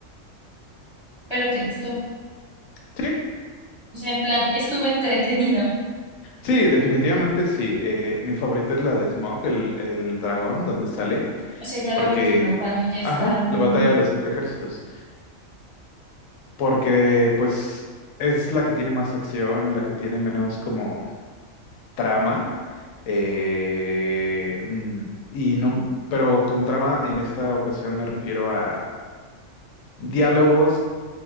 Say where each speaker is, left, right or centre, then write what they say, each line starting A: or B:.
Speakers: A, on the right; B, on the left.
A: pero te gustó.
B: Sí,
A: O sea, en plan, estuvo entretenido.
B: Sí, definitivamente sí. Eh, mi favorita es la de Smaug, el, el dragón, donde sale,
A: O sea, ya
B: porque,
A: la última, cuando ya están,
B: ajá, la batalla de los cinco ejércitos, porque pues es la que tiene más acción, la que tiene menos como trama, eh, mm, y no, pero con trama en esta ocasión me refiero a diálogos